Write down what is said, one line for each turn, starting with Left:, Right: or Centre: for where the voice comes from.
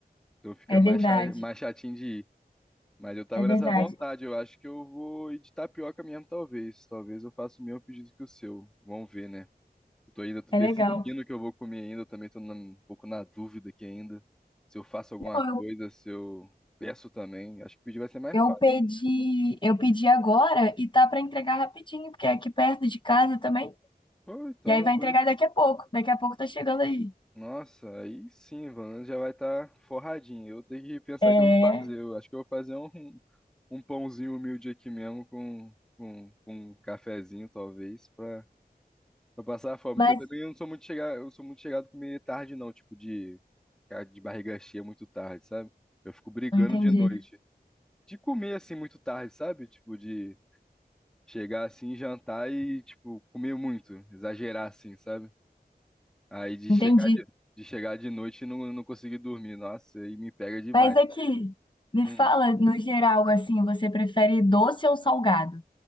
Centre: Então fica
Left: É
Centre: mais,
Left: verdade,
Centre: cha- mais chatinho de ir. Mas eu tava
Left: é verdade.
Centre: nessa vontade, eu acho que eu vou ir de tapioca mesmo, talvez. Talvez eu faça o mesmo pedido que o seu. Vamos ver, né? Eu tô ainda tô
Left: É
Centre: decidindo
Left: legal.
Centre: o que eu vou comer ainda. Eu também tô na- um pouco na dúvida aqui ainda. Se eu faço alguma
Left: Não, eu,
Centre: coisa, se eu peço também. Acho que pedir vai ser mais
Left: eu
Centre: fácil.
Left: pedi, eu pedi agora e tá pra entregar rapidinho, porque é aqui perto de casa também.
Centre: Pô, então,
Left: E aí vai
Centre: doido.
Left: entregar daqui a pouco. Daqui a pouco tá chegando aí.
Centre: nossa, aí sim, Valando já vai estar forradinho. Eu tenho que pensar
Left: É,
Centre: o que eu vou fazer. Eu acho que eu vou fazer um, um pãozinho humilde aqui mesmo com, com, com um cafezinho, talvez, pra, pra passar a fome.
Left: mas
Centre: Porque eu também não sou muito chegado, eu sou muito chegado a comer tarde, não, tipo, de, ficar de barriga cheia muito tarde, sabe? Eu fico brigando
Left: não entendi.
Centre: de noite. de comer assim muito tarde, sabe? Tipo, de chegar assim, jantar e, tipo, comer muito, exagerar assim, sabe? Aí de
Left: Entendi.
Centre: chegar de, de chegar de noite e não, não conseguir dormir. Nossa, aí me pega demais.
Left: Mas é que me
Centre: Hum.
Left: fala, no geral, assim, você prefere doce ou salgado?